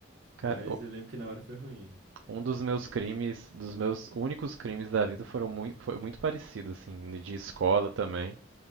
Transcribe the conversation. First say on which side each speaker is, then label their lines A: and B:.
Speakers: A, on the right; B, on the right.
A: Cara,
B: Mas
A: eu-
B: eu lembro que na hora foi ruim.
A: um dos
B: Mas eu
A: meus
B: lembro
A: crimes,
B: disso.
A: dos meus únicos crimes da vida foram muito, foi muito parecido, assim, de escola também.